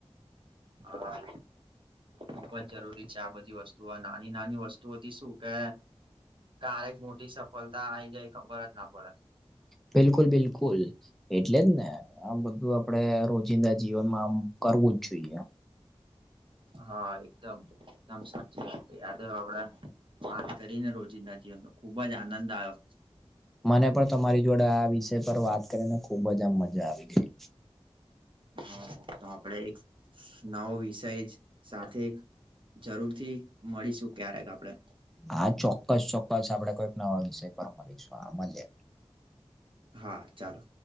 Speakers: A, on the right; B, in the centre.
A: હા, ખૂબ જ જરૂરી છે આ બધી વસ્તુ. જો આ નાની નાની વસ્તુઓથી શું કે કારારેક મોટી સફળતા આવી જાય ખબર જ ના પડે.
B: બિલકુલ. બિલકુલ. એટલે જ ને આમ બધું આપડે રોજિંદા જીવનમાં આમ કરવું જ જોઈએ.
A: હા, એકદમ એકદમ સાચી વાત કહી, આ ત આપડે વાત કરીને રોજી નજીતો ખુબ જ આનંદ આવ્યો.
B: મને પણ તમારી જોડે આ વિષય પર વાત કરીને ખુબ જ આમ મજા આવી ગઈ.
A: હા તો આપડે એક નવો વિષય જ સાથે જરૂર થી મળીશું ક્યારેક આપડે
B: હા. ચોક્કસ! ચોક્કસ! આપડે કોઈક નવા વિષય પર મળીશું આ મળ્યા.
A: હા ચાલો.